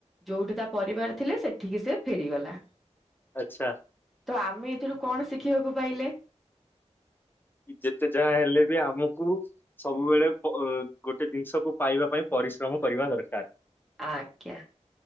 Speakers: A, in the centre; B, on the left.
A: ଯୋଉଠି ତା ପରିବାର ଥିଲେ, ସେଠିକି ସେ ଫେରିଗଲା।
B: ଆଛା।
A: ତ ଆମେ ଏଥିରୁୁ କଣ ଶିଖିବାକୁ ପାଇଲେ?
B: କି ଯେତେ ଯାହା ହେଲେ ବି ଆମକୁ ସବୁବେଳେ ଗୋ ଗୋଟେ ଜିନିଷକୁୁ ପାଇବା ପାଇଁ ପରିଶ୍ରମ କରିବା ଦରକାର।
A: ଆଜ୍ଞା।